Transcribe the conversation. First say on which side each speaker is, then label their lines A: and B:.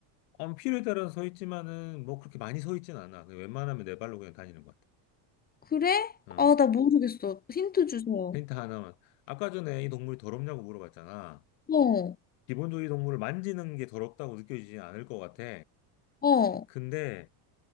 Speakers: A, on the left; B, on the left.
A: 어, 필요에 따라 서 있지만은 뭐 그렇게 많이 서 있진 않아. 그냥 웬만하면 네 발로 그냥 다니는 것
B: 그래?
A: 같아.
B: 아,
A: 어.
B: 나 모르겠어. 힌트 주세요.
A: 힌트 하나만. 아까 전에 이 동물이 더럽냐고 물어봤잖아.
B: 어,
A: 기본적으로 이 동물을 만지는 게 더럽다고 느껴지지 않을 것 같아.
B: 어.
A: 근데